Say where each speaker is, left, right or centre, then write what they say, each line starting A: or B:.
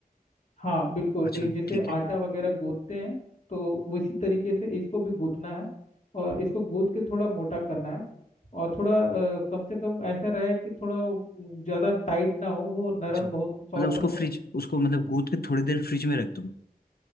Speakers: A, on the left; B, on the left.
A: हाँ बिल्कुल
B: अच्छा
A: ये जैसे
B: ठीक है
A: आटा वगैरह गूंथते हैं तो उसी तरीके से इसको भी गूंथना है और इसको गूंथ के थोड़ा मोटा करना है और थोड़ा अ, कम से कम ऐसा रहे कि थोड़ा वो, म, ज्यादा टाइट ना हो वो नरम
B: अच्छा मतलब
A: बहुत सॉफ्ट
B: उसको
A: रहे
B: फ्रिज उसको मतलब गूंथ के थोड़ी देर फ्रिज में रख दूंगा